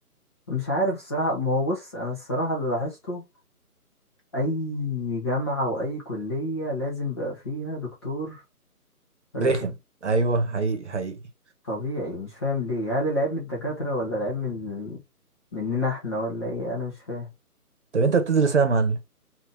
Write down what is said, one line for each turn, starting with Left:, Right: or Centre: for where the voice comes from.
Left: مش عارف الصراحة ما هو بص أنا الصراحة اللي لاحظته أي جامعة وأي كلية لازم بقى فيها دكتور رخم
Right: رخم ايوه حقيقي حقيقي
Left: طبيعي مش فاهم ليه هل العيب من الدكاترة ولا العيب من مننا احنا ولا ايه انا مش فاهم
Right: طب انت بتدرس ايه يا معلم